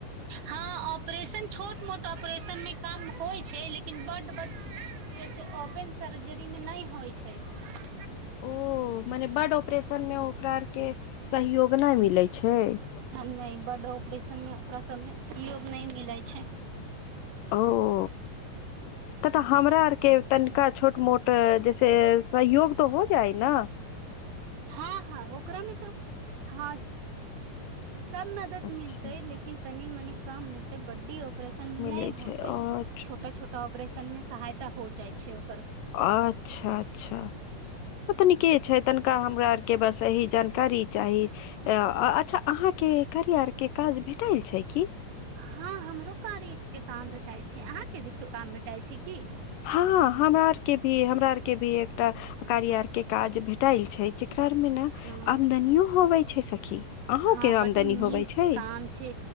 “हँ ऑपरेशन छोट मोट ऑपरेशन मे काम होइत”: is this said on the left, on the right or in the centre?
Right